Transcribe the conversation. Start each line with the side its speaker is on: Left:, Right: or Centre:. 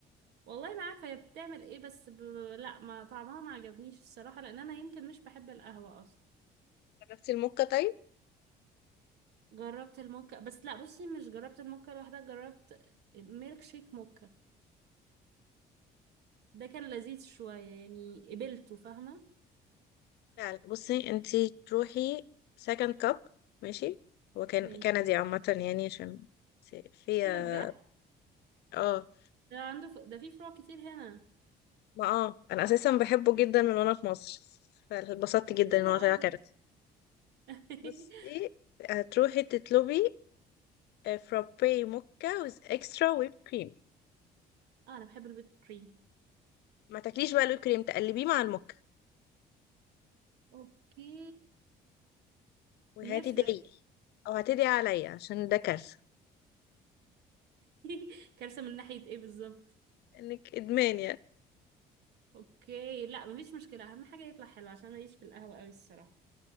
Right: والله ما عارفه هي بتعمل ايه بس ب... لا ما طعمها ما عجبنيش الصراحه لان انا يمكن مش بحب القهوه اصلا
Left: جربتي الموكا طيب
Right: جربت الموكا بس لا بصي مش جربت الموكا لوحدها جربت ميلك شيك موكا ده كان لذيذ شويه يعني قبلته فاهمه
Left: فعلا بصي انتي تروحي سكند كاب ماشي هو كان
Right: ماشي
Left: كندي عامة يعني عشان فيها
Right: ايه ده بجد
Left: اه
Right: ده عنده ف... ده في فروع كتير هنا
Left: ما اه انا اساسا بحبه جدا من وانا في مصر فاتبسطت
Right: طب
Left: جدا
Right: حلوة
Left: ان هو
Right: قوي
Left: طلع كندي
Right: <laughs>
Left: بصي هتروحي تطلبي فرابي موكا ويز اكسترا ويب كريم
Right: اه انا بحب الويب كريم
Left: ما تاكليش بقى الويب كريم تقلبيه مع الموكا
Right: اوكي
Left: وهتدعي
Right: بيفرق
Left: او هتدعي عليا عشان ده كارثة
Right: <laughs> كارثة من ناحية ايه بالظبط
Left: انك ادمان يعني
Right: اوكي لا مفيش مشكلة اهم حاجة يطلع حلو عشان اعيش في القهوة قوي الصراحة